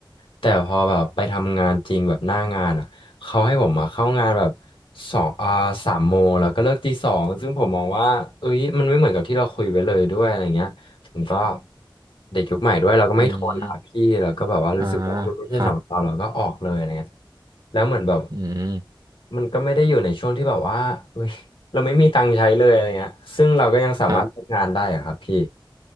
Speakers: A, on the left; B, on the right.
A: แต่พอแบบไปทำงานจริงแบบหน้างานอ่ะเขาให้ผมมาเข้างานแบบสองอ่าสามโมงแล้วก็เลิกตีสองซึ่งผมมองว่าเอ้ยมันไม่เหมือนกับที่เราคุยไว้เลยด้วยอะไรเงี้ยผมก็เด็กยุคใหม่ด้วยเราก็ไม่ทนอ่ะพี่แล้วก็แบบว่ารู้สึกว่ามันไม่ใช่สำหรับเราเราก็ออกเลยอะไรเงี้ย
B: อืมอ่าครับ
A: แล้วเหมือนแบบ
B: อืม
A: มันก็ไม่ได้อยู่ในช่วงที่แบบว่าเอ้ยเราไม่มีตังค์ใช้เลยอะไรเงี้ยซึ่งเราก็ยังสามารถทำงานได้อะครับพี่
B: ครับ